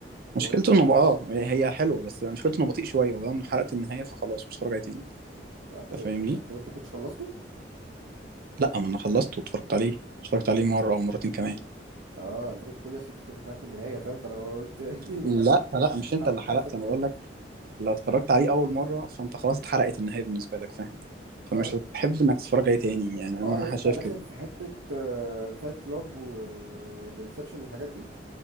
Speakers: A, on the right; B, on the right.
A: مشكلته
B: اللي هو قلت
A: انه بقى اه هي هي حلوه بس مشكلته انه بطيء شويه ولما حرقت النهايه فخلاص مش هتفرج عليه تاني
B: ما- إيه،
A: أنت فاهمني
B: انت انت أنت ما كنتش خلصته
A: لا ما انا خلصت واتفرجت عليه اتفرجت عليه مره او مرتين كمان
B: اه انا فاكرك بتقول لي اصل انت بتقول لي حلقه النهايه فاهم فانا قلت <laughs>
A: لا
B: انا
A: لا مش انت
B: عملت
A: اللي حرقت
B: كارثه فاهم
A: انا بقول لك لو اتفرجت عليه اول مره فانت خلاص اتحرقت النهايه بالنسبه لك فاهم فمش
B: اه
A: هتحب انك تتفرج عليه تاني يعني انا
B: اه يعني انت
A: شايف
B: داخل
A: كده
B: في حته فايت كلاب وذا انسبشن والحاجات دي